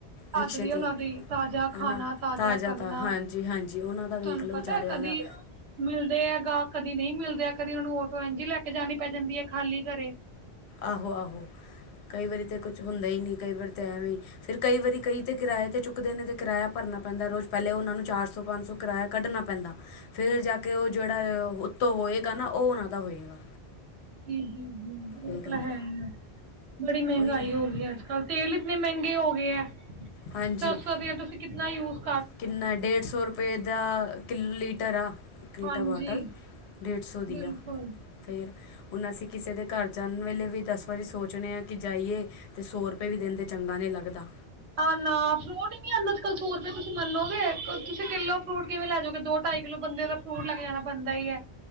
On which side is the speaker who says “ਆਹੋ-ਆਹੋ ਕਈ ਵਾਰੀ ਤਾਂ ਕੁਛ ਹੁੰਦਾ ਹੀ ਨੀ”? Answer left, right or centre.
Left